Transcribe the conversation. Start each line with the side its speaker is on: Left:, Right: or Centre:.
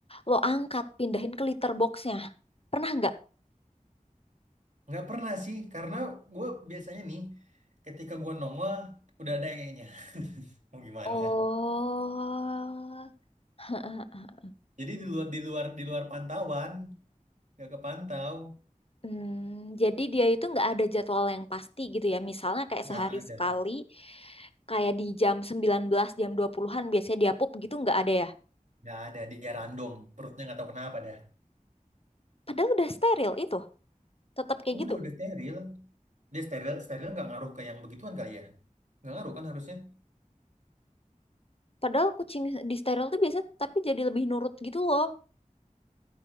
Left: lo angkat pindahin ke litter boxnya. Pernah nggak?
Right: nggak pernah sih karena gue biasanya nih ketika gue nongol udah ada nya <laughs> mau gimana
Left: Oh, <laughs>
Right: jadi di luar di luar di luar pantauan nggak kepantau
Left: Hmm, jadi dia itu nggak ada jadwal yang pasti gitu ya. Misalnya kayak
Right: nggak
Left: sehari
Right: ada
Left: sekali, kayak di jam sembilan belas jam 20-an biasanya dia pup gitu nggak ada ya.
Right: nggak ada dia random perutnya nggak tahu kenapa dah.
Left: Padahal udah steril itu, tetap kayak
Right: Udah
Left: gitu.
Right: udah steril. Dia steril steril nggak ngaruh ke yang begituan kali ya? Nggak ngaruh kan harusnya?
Left: Padahal kucing di steril tuh biasa tapi jadi lebih nurut gitu loh.